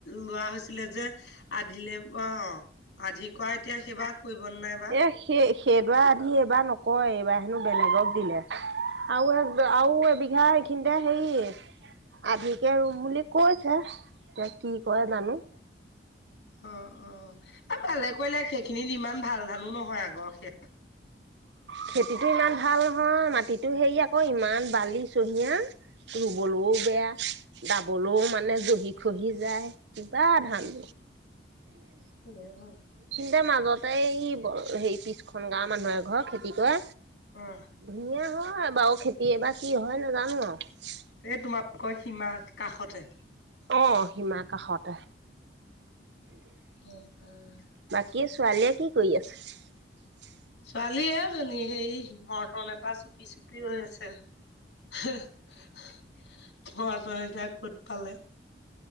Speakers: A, on the left (about 80°); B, on the right (about 75°).
A: লোৱা হৈছিলে যে আধিলে অ। আধি কোৱা এতিয়া সেই ভাগ কৰিব নে নাই বা।
B: এ সেই সেইডৰা আধি এইবাৰ নকৰোঁ, এইবাৰ হেনোঁ বেলেগক দিলে। আৰু এ আৰু এবিঘা এইখিনিতে হেৰি। আধিকে ৰোম বুলি কৈছে, এতিয়া কি কৰে জানোঁ।
A: অ', অ'আৰু ভালে কৰিলে সেইখিনিত ইমান ভাল ধানো নহয় আগৰ সেয়া।
B: খেতিটো ইমান ভাল নহয়, মাটিতো সেৰি আকৌ, ইমান বালি চহিয়া। ৰুবলৈও বেয়া। ডাবলৈও মানে জহি খহি যায় কিবা ধান।
A: হ'লেই হ'ল।
B: তে মাজতে হেৰি পিছখন গাঁৱৰ মানুহে এ ঘৰ খেতি কৰে।
A: অ'।
B: ধুনীয়া হয় বাৰু খেতি এ বা কি হয় নাজানো আৰু।
A: এই তোমালোকৰ সীমা কাষতে।
B: অ সীমা কাষতে।
A: উম, উম।
B: কি ছোৱালীয়ে কি কৰি আছে।
A: বালি এজনী সেই মৰ্টন এটা চুপি চুপি ৰৈ আছে। হেহ, <unintelligible> এতিয়া কত পালে।